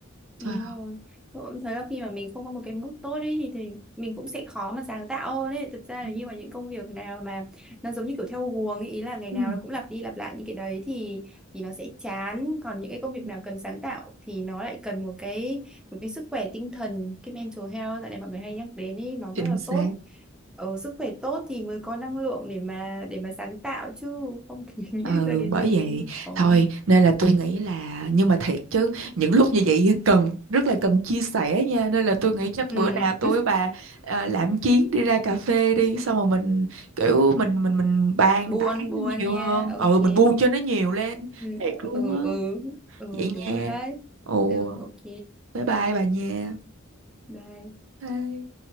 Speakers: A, in the centre; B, on the right.
A: Đúng
B: Trời ơi.
A: rồi. Tôi cũng thấy là khi mà mình không có một cái mood tốt ấy thì, thì mình cũng sẽ khó mà sáng tạo hơn ấy. Thực ra
B: Ừ.
A: là như mà những công việc nào mà nó giống như kiểu theo guồng ấy, ý là ngày
B: Ừ.
A: nào nó cũng lặp đi lặp lại những cái đấy thì thì nó sẽ chán. Còn những cái công
B: Ừ.
A: việc nào cần sáng tạo thì nó lại cần một cái một cái sức khỏe tinh thần, cái mental health tại này mọi người hay nhắc đến ấy, nó
B: Chính
A: rất là
B: xác
A: tốt. Ở sức khỏe tốt thì mới có năng lượng để mà để mà sáng tạo chứ không thì <laughs> nghĩ
B: Ừ,
A: được ra cái
B: bởi
A: gì.
B: vậy
A: Ồ.
B: thôi nên là tôi nghĩ là nhưng mà thiệt chứ những lúc như vậy cần rất là cần chia sẻ nha nên là tôi nghĩ chắc
A: Ừ,
B: bữa nào tôi với bà à, làm chuyến đi ra cà phê đi xong rồi mình kiểu mình mình mình bàn
A: buồn
B: tán
A: buồn
B: nhiều
A: nha.
B: hơn
A: Ok.
B: ừ mình buông cho nó nhiều lên
A: ừ
B: thiệt luôn
A: ừ
B: á
A: ừ ừ,
B: vậy
A: đúng
B: nha
A: rồi đấy
B: ồ
A: ừ ok
B: bye bye bà nha
A: bye
B: Bye.